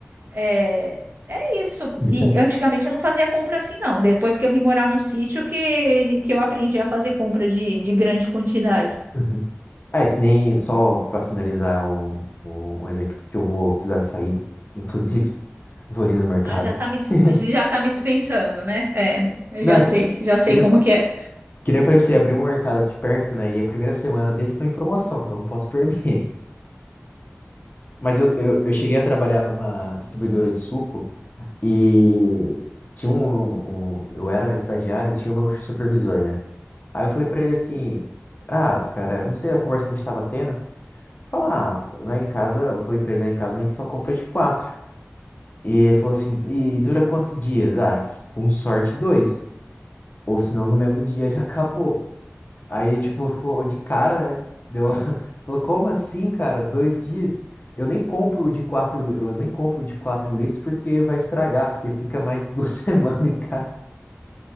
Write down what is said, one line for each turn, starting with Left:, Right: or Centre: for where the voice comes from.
Right: é, é isso.
Left: uhum,
Right: E antigamente eu não fazia compra assim, não. Depois que eu vim morar no sítio, que, que eu aprendi a fazer compra de, de grande quantidade.
Left: uhum. <laughs> É, que nem só para finalizar um, um um exemplo que eu vou precisar sair, inclusive, <laughs> vou ali no mercado.
Right: Ah, já tá me, dis-
Left: <laughs>
Right: já tá me dispensando, né? É, eu
Left: Não,
Right: já
Left: é
Right: sei,
Left: que,
Right: já sei
Left: que nem,
Right: como que é.
Left: que nem eu falei pra você, abrir um mercado aqui perto, né? E a primeira semana deles estão em promoção, então não posso perder. <laughs> Mas eu, eu, eu cheguei a trabalhar numa distribuidora de suco e tinha um, um- um, Eu era estagiário, tinha o meu supervisor, né? Aí eu falei pra ele assim: Ah, cara, não sei a conversa que a gente tava tendo. Falar, ah, lá em casa, eu falei pra ele, lá em casa a gente só compra de quatro. E ele falou assim, e dura quantos dias? Ah, com sorte, dois. Ou senão no mesmo dia já acabou. Aí, tipo, ficou de cara, né? Deu... <laughs> Falou, como assim, cara? Dois dias? Eu nem compro o de quatro, eu nem compro o de quatro litros porque vai estragar, porque fica mais de duas <laughs> semanas em casa.